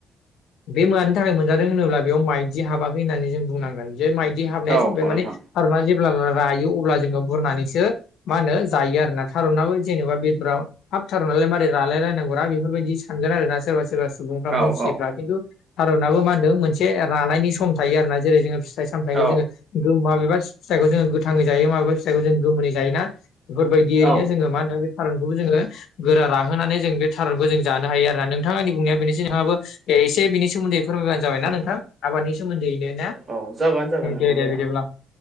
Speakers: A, on the left (about 75°); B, on the right (about 40°).
A: बे मानि थाखाय मोनजादों होनोब्ला बेयाव माइदि हाबाखै होननानै जों बुंनांगोन जे माइदि हाबनाया
B: औ
A: जाबाय
B: औ
A: माने
B: नोंथां
A: थारुना जेब्ला रायो अब्ला जोङो बुरनानैसो मा होनो जायो आरो ना थारुनाबो जेनेबा बेदराव हाब थारुननालाय मारै रालाय राय नांगौना बेफोरबायदि सानगोन आरोना सोरबा सोरबा सुबुंफ्रा
B: औ
A: मोनथियोबा
B: औ
A: खिन्थु थारुनाबो मा होनदों मोनसे रानायनि सम थायो आरोना जेरै जोङो फिथाइ सामथाइखौ
B: औ
A: जोङो माबेबा फिथाइखौ जोङो गोथाङै जायो माबेबा फिथाइखौ जों गोमोनै जायो ना बेफोरबायदियैनो
B: औ
A: जोङो मा होनो बे थारुनखौबो जोङो गोरा राहोनानै जों बे थारुनखौ जों जानो हायो आरो ना नोंथां आंनि बुंनाया बेनोसै नोंहाबो एसे बिनि सोमोन्दै फोरमायबानो जाबाय ना नोंथां आबादनि सोमोन्दैयैनो ना
B: औ जागोन जागोन नोंथाङा
A: दे दे
B: जागोन
A: बिदिब्ला